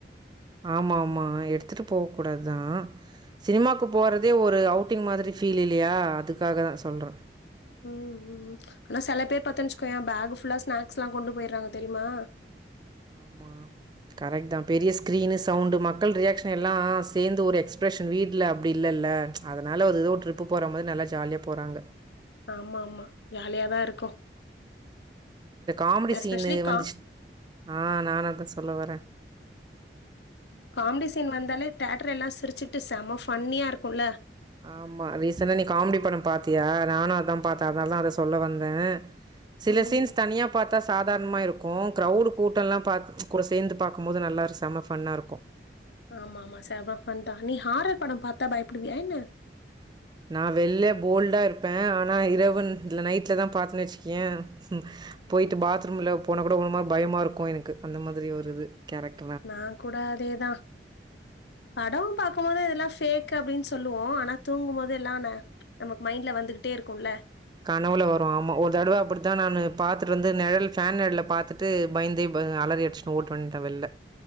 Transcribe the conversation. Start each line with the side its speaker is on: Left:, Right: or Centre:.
Right: ஆமா ஆமா எடுத்துட்டு போக கூடாது தா சினிமாவுக்கு போறதே ஒரு அவுட்டிங் மாதிரி ஃபீல் இல்லையா அதுக்காக தா சொல்றே
Left: ம் ம் ம் ஆனா செல பேர் பாத்தேனு வச்சுக்கேயே பேக் ஃபுல்லா ஸ்நாக்ஸ்லா கொண்டு போயிறாங்க தெரியுமா
Right: ஆமா கரெக்ட் தா பெரிய ஸ்கிரீனு சவுண்டு் மக்கள் ரியாக்க்ஷன் எல்லா சேர்ந்து ஒரு எக்ஸ்பிரெஷன் வீட்டுல அப்டி இல்லல அதனால ஒரு ஏதோ ஒரு ட்ரிப் போற மாரி நல்லா ஜாலியா போறாங்க
Left: ஆமா ஆமா ஜாலியாதா இருக்கு
Right: இந்த காமெடி
Left: எஸ்பெஷலி
Right: சீனு
Left: கா
Right: வந்துச்சு ஆ நானு அதா சொல்ல வரே
Left: காமெடி சீன் வந்தாலே தேட்டர் எல்லா சிரிச்சுட்டு செம ஃபன்னியா இருக்குலே
Right: ஆமா ரீசெண்டா நீ காமெடி படம் பாத்தியா நானு அதா பாத்தே அதனாலதா அத சொல்ல வந்தே சில
Left: ம்.
Right: சீன்ஸ் தனியா பாத்தா சாதாரணமா இருக்கு கரவுடு கூட்ட எல்லா பாத்து கூட சேர்ந்து பாக்கு போது நல்லா ஒரு செம ஃபன்னா இருக்கு
Left: ஆமா ஆமா செம ஃபன் தா நீ ஹாரர் படம் பாத்தா பயப்புடுவியா என்ன
Right: நா வெள்ல போல்டா இருப்பே ஆனா இரவுனு இல்ல நைட்ல தா பாத்தேன்னு வச்சுக்குயே போயிட்டு பாத்ரூம்ல போன கூட ஒரு மா பயமா இருக்கு எனக்கு அந்த மாதிரி ஒரு இது கேரக்
Left: நான் கூட அதேதா படம் பாக்கு போது இதெல்லா ஃபேக் அப்டின்னு சொல்லுவோ ஆனா தூங்கு போது எல்லானு நமக்கு மைண்ட்ல வந்துகிட்டே இருக்கும்ல
Right: கனவுல வரு ஆமா ஒரு தடுவ அப்டித்த நானு பாத்துட்டு வந்து நிழல் ஃபேன் நிழல பாத்துட்டு பயந்து அலறி அடிச்சு ஓடி வந்துட்டே வெள்லே